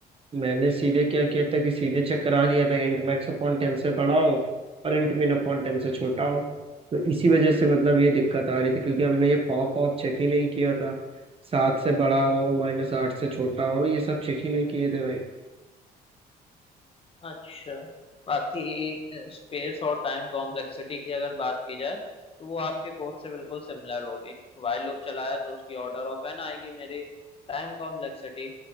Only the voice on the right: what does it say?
मैंने सीधे क्या किया था कि सीधे चेक करा लिया था इंट मैक्स अपॉन टेन से बड़ा हो और इंट मिन अपॉन टेन से छोटा हो तो इसी वजह से मतलब ये दिक्कत आ रही थी क्योंकि हमने ये पॉप ऑफ चेक ही नहीं किया था सात से बड़ा हो माइनस आठ से छोटा हो ये सब चेक ही नहीं किए थे भाई